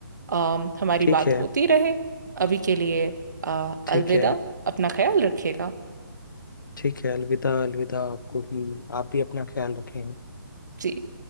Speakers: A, on the right; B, on the left.
A: अम, हमारी
B: ठीक
A: बात
B: है
A: होती रहे अभी के लिए अ,
B: ठीक
A: अलविदा
B: है
A: अपना ख्याल रखिएगा
B: ठीक है अलविदा अलविदा आपको भी आप भी अपना ख्याल रखें
A: जी